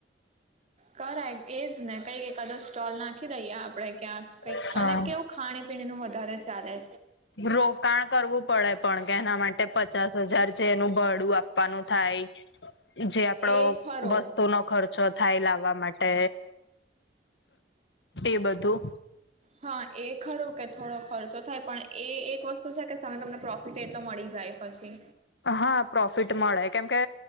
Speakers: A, on the right; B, on the left.
A: કરાય એજ ને કઈક એકાદો સ્ટોલ નાખી દઈએ આપડે ક્યાં કઈક
B: હા
A: અને કેવું ખાણી પીણી નું વધારે ચાલે
B: રોકાણ કરવું પડે. પણ કે એના માટે પચાસ હજાર જે એનું ભડું આપવાનું થાય જે આપડો
A: એ ખરું
B: વસ્તુ નો ખર્ચ ચો થાઈ લાવવા માટે એ બધું
A: હા એ ખરું કે થોડો ખર્ચો થાય પણ એ એક વસ્તુ શું છે કે સામે તમને પ્રોફિટ એટલો મળી પછી.
B: હા પ્રોફિટ મળે કેમકે